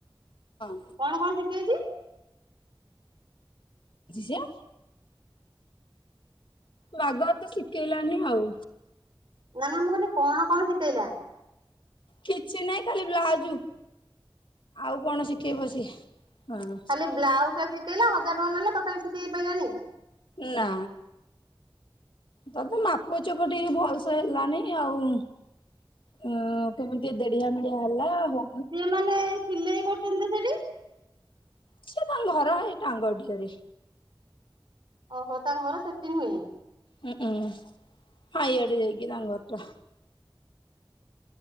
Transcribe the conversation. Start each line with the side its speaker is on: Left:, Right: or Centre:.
Left: ହଁ
Right: କଣ କଣ ଶିଖେଇଛି
Left: ବୁଝିଛ ଆ ବାଗ ତ ଶିଖେଇଲାନି ଆଉ
Right: ନା ମୁଁ କିଇଲି କଣ କଣ ଶିଖେଇଲା
Left: କିଛି ନାହିଁ ଖାଲି ବ୍ଲାଉଜୁ ଆଉ କଣ ଶିଖେଇବ ସିଏ ହଁ
Right: ଖାଲି ବ୍ଲାଉଜ ଅଛି କଇଲା ହଜାର ଟଙ୍କା ନେଲା ତଥାପି ସିକେଇ ପାଇଲାନାଇ।
Left: ନା। ତତେ ମାପଚୁପ ଟିକେ ଭଲସେ ହେଲାନି ଆଉ। ହ କେମିତି ଦେଢଡିଆ ମିେଡିଆ ହେଲା ଆ ହଉ
Right: ସେିମାନୋନେ ସିଲେଇ କରୁଛନ୍ତି ତ ସେଠି
Left: ସିଏ ତାଙ୍କ ଘର ହେ ଟାଙ୍ଗ ଅରେ
Right: ଓହୋ ତାଙ୍କ ଘର ସେତି ନୁହେଁ
Left: ହୁଁ ହୁଁ ହାଇଆଡେ ଯାଇକି ତାଙ୍ଗ ଘଟା।